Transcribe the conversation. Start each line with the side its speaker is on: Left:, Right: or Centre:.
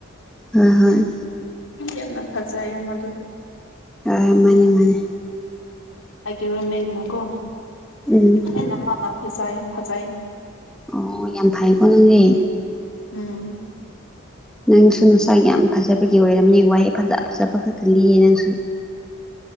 Centre: ꯍꯣꯏ ꯍꯣꯏ
Left: ꯌꯥꯝꯅ ꯐꯖꯩ ꯃꯗꯨ
Centre: ꯑ ꯃꯅꯦ ꯃꯅꯦ
Left: ꯍꯥꯏꯒꯤꯔꯣ ꯂꯩꯗꯅꯀꯣ
Centre: ꯎꯝ
Left: ꯍꯦꯟꯅ ꯃꯥꯅ ꯐꯤ ꯆꯥꯏ ꯐꯖꯩ
Centre: ꯑꯣ ꯌꯥꯝ ꯐꯩꯌꯦꯀꯣ ꯅꯪꯗꯤ
Left: ꯎꯝ
Centre: ꯅꯪꯁꯨ ꯉꯁꯥꯏ ꯌꯥꯝ ꯐꯖ ꯕꯒꯤ ꯑꯣꯏꯔꯝꯅꯤ ꯋꯥꯍꯩ ꯐꯖ ꯐꯖꯕ ꯈꯛꯇ ꯂꯤꯌꯦ ꯅꯪꯁꯨ